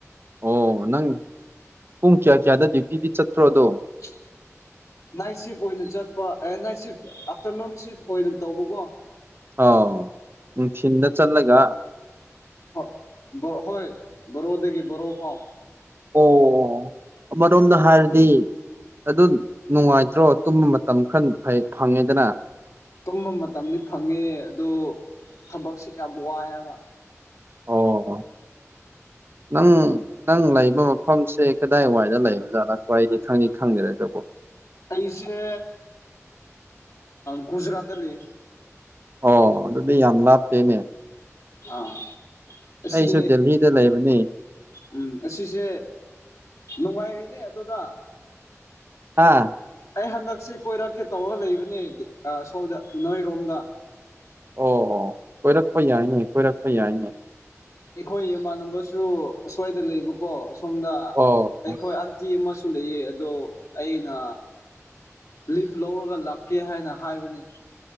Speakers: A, on the right; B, on the left.
A: ꯑꯣ ꯅꯪ ꯄꯨꯡ ꯀꯌꯥ ꯀꯌꯥꯗ ꯗ꯭ꯌꯨꯇꯤꯗꯤ ꯆꯠꯇ꯭ꯔꯣꯗꯣ
B: <unintelligible> ꯅꯥꯏꯠ ꯁꯤꯐ ꯑꯣꯏꯅ ꯆꯠꯄ ꯑꯦ ꯅꯥꯏꯠ ꯁꯤꯐ ꯑꯥꯐꯇꯔꯅꯨꯟ ꯁꯤꯐ ꯑꯣꯏꯅ ꯇꯧꯕꯀꯣ
A: ꯑꯥꯎ ꯅꯨꯡꯊꯤꯜꯗ ꯆꯠꯂꯒ
B: ꯍ ꯍꯣꯏ ꯣꯔꯣꯑꯣꯗꯒꯤꯒ ꯣꯔꯣꯑꯣ ꯄꯥꯎ
A: ꯑꯣ ꯑꯃꯔꯣꯝꯗ
B: ꯑꯃꯨꯛ
A: ꯍꯥꯏꯔꯗꯤ ꯑꯗꯨ ꯅꯨꯡꯉꯥꯏꯇ꯭ꯔꯣ ꯇꯨꯝꯕ ꯃꯇꯝ ꯈꯔ ꯐꯪꯉꯦꯗꯅ
B: ꯇꯨꯝꯕ ꯃꯇꯝꯗꯤ ꯐꯪꯉꯦ ꯑꯣ ꯊꯕꯛꯁꯦ ꯌꯥꯝ ꯋꯥꯏꯑꯕ
A: ꯑꯣ ꯅꯪ ꯅꯪ ꯂꯥꯛꯕ ꯃ ꯃꯐꯝꯁꯦ ꯀꯗꯥꯏ ꯋꯥꯋꯥꯏꯗ ꯂꯩ ꯑꯣꯖꯥ ꯂꯥꯛꯄꯣ ꯑꯩꯗꯤ ꯈꯪꯉꯤ ꯈꯪꯗ꯭ꯔꯦ ꯑꯗꯨꯕꯣ
B: ꯑꯩꯁꯦ ꯒꯎꯖꯔꯥꯠ ꯑꯜꯂꯤ
A: ꯑꯣ ꯑꯗꯨꯗꯤ ꯌꯥꯝ ꯂꯥꯞꯇꯦꯅꯦ
B: ꯑꯥ <unintelligible> <inaudible> ꯑꯁꯤ
A: ꯑꯩꯁꯨ ꯗꯦꯜꯂꯤꯗ ꯂꯩꯕꯅꯤ
B: ꯎꯝ ꯑꯁꯤꯁꯦ ꯅꯨꯡꯉꯥꯏꯔꯤꯅꯦ ꯑꯗꯨꯗ
A: ꯑꯥ <inaudible>
B: ꯑꯩ ꯍꯟꯗꯛꯁꯦ ꯀꯣꯏꯔꯛꯀꯦ ꯇꯧꯔꯒ ꯂꯩꯕꯅꯦ ꯁꯣꯝꯗ ꯅꯣꯏꯔꯣꯝꯗ
A: ꯑꯣ ꯑꯣ ꯀꯣꯏꯔꯛꯄ ꯌꯥꯏꯅꯦ ꯀꯣꯏꯔꯛꯄ ꯌꯥꯏꯅꯦ
B: ꯑꯩꯈꯣꯏ ꯏꯃꯥꯟꯅꯕꯁꯨ ꯑꯁ꯭ꯋꯥꯏꯗ ꯂꯩꯕꯀꯣ ꯑ ꯁꯣꯝꯗ
A: ꯑꯣ
B: ꯑꯩꯈꯣꯏ ꯑꯟꯇꯤ ꯑꯃꯁꯨ ꯁꯨ ꯂꯩꯌꯦ ꯑꯗꯣ ꯑꯩꯅ ꯂꯤꯐ ꯂꯧꯔꯒ ꯂꯥꯛꯀꯦ ꯍꯥꯏꯅ ꯍꯥꯏꯕꯅꯤ